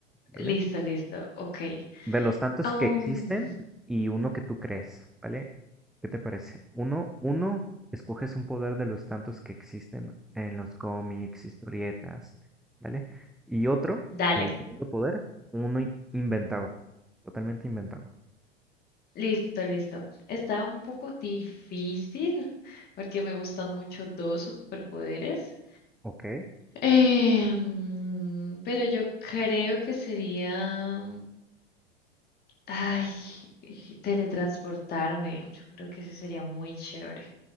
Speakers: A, in the centre; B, on the left.
A: ¿vale?
B: Listo, listo. Ok.
A: De los tantos
B: Um,
A: que existen y uno que tú crees, ¿vale? ¿Qué te parece? Uno, uno, escoges un poder de los tantos que existen en los cómics, historietas, ¿vale? Y otro,
B: dale.
A: el segundo poder, uno in- inventado, totalmente inventado,
B: Listo, listo. Está un poco difícil porque me gustan mucho dos superpoderes.
A: ¿ok?
B: Eh, mm, pero yo creo que sería Ay, y teletransportarme. Yo creo que ese sería muy chévere.